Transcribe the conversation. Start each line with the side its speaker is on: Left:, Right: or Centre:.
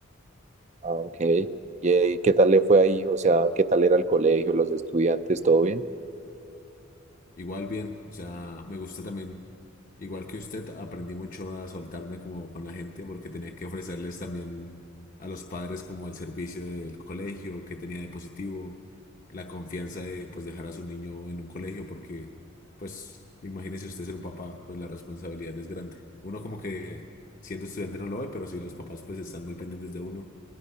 Right: Ah, ok. ¿Y eh, qué tal le fue ahí? O sea, ¿qué tal era el colegio, los estudiantes, todo bien?
Left: Igual bien, o sea, me gusta también, igual que usted, aprendí mucho a soltarme como con la gente porque tenía que ofrecerles también a los padres como el servicio del colegio, que tenía de positivo, la confianza de pues dejar a su niño en un colegio porque pues imagínese usted ser un papá, pues la responsabilidad es grande. Uno como que siendo estudiante no lo ve, pero sí los papás pues están muy pendientes de uno.